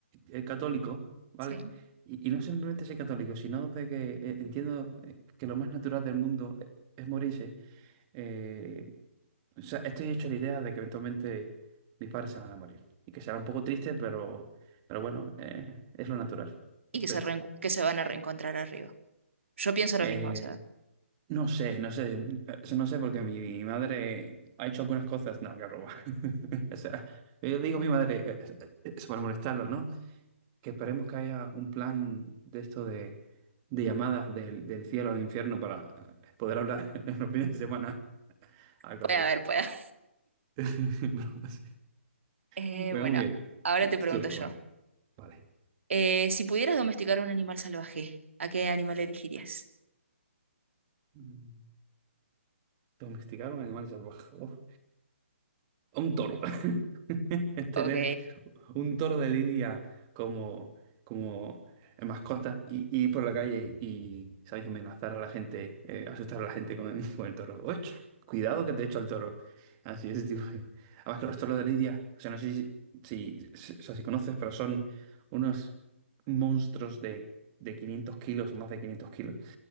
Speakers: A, on the right; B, on the right.
A: eh, católico, ¿vale?
B: Sí.
A: Y, y no simplemente soy católico, sino de que eh, entiendo eh, que lo más natural del mundo e- es morirse. eh, o sea, estoy hecho la idea de que eventualmente mis padres se van a morir. Y que será un poco triste, pero, pero bueno, eh, es lo natural. Entonces...
B: Y que se, reen- que se van a reencontrar arriba. Yo pienso
A: Eh,
B: lo mismo, o sea,
A: No sé, no sé, eh, no sé porque mi, mi madre ha hecho algunas cosas, no, que roba. <laughs> O sea, yo digo a mi madre, eh, eh, eso para molestarlo, ¿no? Que esperemos que haya un plan de esto de, de llamadas del, del cielo al infierno para eh, poder hablar <laughs> en los fines de semana, algo
B: puede
A: así.
B: haber, puede haber.
A: <laughs> Broma así.
B: <laughs> Eh,
A: Bueno,
B: bueno,
A: muy bien,
B: ahora
A: tu,
B: te
A: tu
B: pregunto
A: turno,
B: yo.
A: venga, vale.
B: Eh, si pudieras domesticar a un animal salvaje, ¿a qué animal elegirías?
A: Mm. Domesticar un animal salvaje. <laughs> Uf. Un toro. <laughs> Tener
B: Ok,
A: un toro de lidia como, como mascota y, y ir por la calle y, ¿sabéis? Amenazar a la gente, eh, asustar a la gente con, <laughs> con el toro. ¡Och! Cuidado que te echo al toro. Así, ese tipo de... Además que los toros de lidia, o sea, no sé si, si, si- o sea, si conoces, pero son unos monstruos de, de 500 kilos o más de 500 kilos.